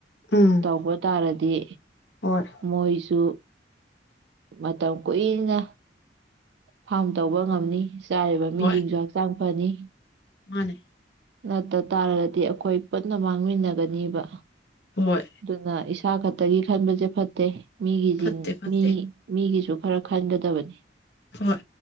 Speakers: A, on the left; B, on the right.
A: ꯎꯝ
B: ꯇꯧꯕ ꯇꯥꯔꯗꯤ
A: ꯍꯣꯏ
B: ꯃꯣꯏꯁꯨ ꯃꯇꯝ ꯀꯨꯏꯅ ꯐꯥꯝ ꯇꯧꯕ ꯉꯝꯅꯤ ꯆꯥꯔꯤꯕ ꯃꯤꯁꯤꯡꯁꯨ
A: ꯍꯣꯏ
B: ꯍꯛꯆꯥꯡ ꯄꯥꯖꯤ
A: ꯃꯥꯅꯦ
B: ꯅꯠꯇ ꯇꯥꯔꯒꯗꯤ ꯑꯩꯈꯣꯏ ꯄꯨꯟꯅ ꯃꯥꯡꯃꯤꯟꯅꯒꯅꯤꯕ
A: ꯍꯣꯏ
B: ꯑꯗꯨꯅ ꯆ ꯈ ꯇ ꯈꯟꯕꯖꯦ ꯐꯠꯇꯦ ꯃꯤꯒꯤ
A: ꯐꯠꯇꯦ ꯐꯠꯇꯦ
B: ꯃꯤ ꯃꯤꯒꯤꯁꯨ ꯈꯔ ꯈꯟꯒꯗꯕꯅꯤ
A: ꯍꯣꯏ